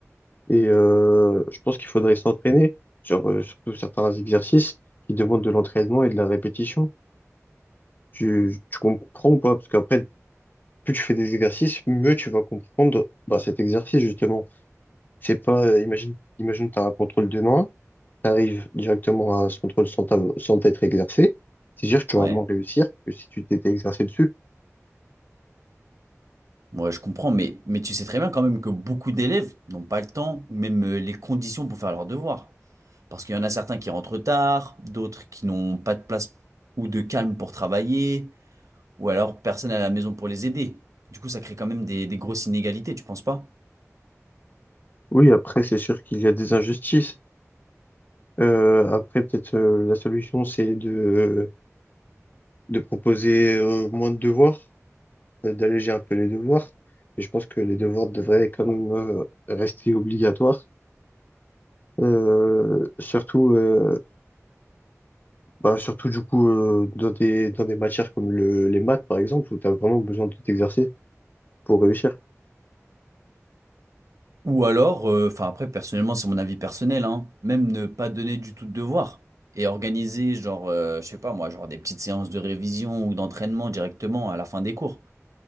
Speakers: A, on the left (about 35°); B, on the right (about 80°).
A: Et euh, je pense qu'il faudrait s'entraîner sur euh, surtout certains exercices qui demandent de l'entraînement et de la répétition. Tu, tu comprends ou pas? Parce qu'après, plus tu fais des exercices, mieux tu vas comprendre bah, cet exercice, justement. C'est pas, euh, imagine, imagine, tu as un contrôle demain tu directement à ce contrôle sans, t'av- sans t'être exercé, c'est sûr que tu
B: Ouais.
A: vas moins réussir que si tu t'étais exercé dessus.
B: Ouais, je comprends, mais, mais tu sais très bien quand même que beaucoup d'élèves n'ont pas le temps ou même euh, les conditions pour faire leurs devoirs. Parce qu'il y en a certains qui rentrent tard, d'autres qui n'ont pas de place ou de calme pour travailler, ou alors personne à la maison pour les aider. Du coup, ça crée quand même des, des grosses inégalités, tu penses pas?
A: Oui, après, c'est sûr qu'il y a des injustices. Euh, après, peut-être euh, la solution, c'est de, de proposer euh, moins de devoirs, euh, d'alléger un peu les devoirs. Et je pense que les devoirs devraient quand même euh, rester obligatoires. Euh, surtout, euh, bah, surtout du coup, euh, dans des, dans des matières comme le, les maths, par exemple, où tu as vraiment besoin de t'exercer. pour réussir.
B: Ou alors, euh, enfin après, personnellement, c'est mon avis personnel, hein, même ne pas donner du tout de devoirs et organiser, genre, euh, je sais pas moi, genre des petites séances de révision ou d'entraînement directement à la fin des cours.